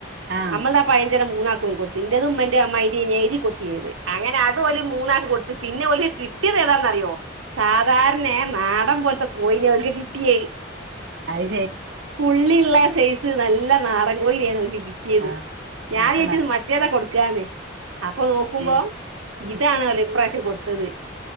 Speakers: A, on the right; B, on the right.
A: ആഹ്
B: അമ്മൾദാ പയഞ്ചരം മൂന്നാ- കൊ തിന്റെതുമ്മേന്റെം അമ്മമായിന്റെം ഞാ എയ്തി കൊടുത്തിനി. അത് അങ്ങനെ അത് ഓല് മൂന്നാക്ക് കൊടുത്ത് പിന്നെ ഓല് കിട്ടിയത് ഏതാന്നറിയോ സാധാരണെ നാടൻ പോലത്തെ കോയിനയാ ഒല്ക്ക് കിട്ടിയേ
A: ആയി
B: പുള്ളിയുള്ള- സൈസ് നല്ല നാടകോയി <unintelligible> കിട്ടിയത്
A: ആഹ്
B: ഞാൻ
A: അനക്ക്
B: വിയച്ചത്
A: നഷ്
B: മറ്റേതാ കൊടു ക്കാന് അപ്പൊ നോക്കുമ്പോ
A: ഏഹ്
B: ഇതാണാല്ലോ ഇപ്രാവശ്യം കൊടുത്ത- ത്തത്